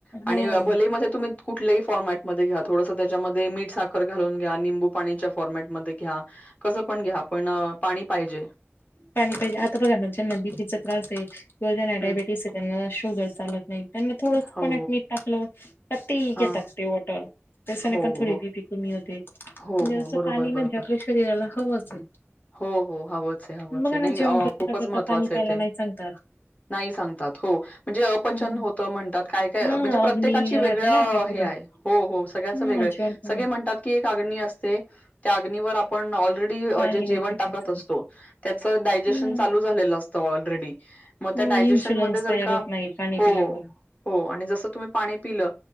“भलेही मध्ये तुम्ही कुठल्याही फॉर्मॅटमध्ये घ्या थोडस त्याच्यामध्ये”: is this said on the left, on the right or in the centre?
Left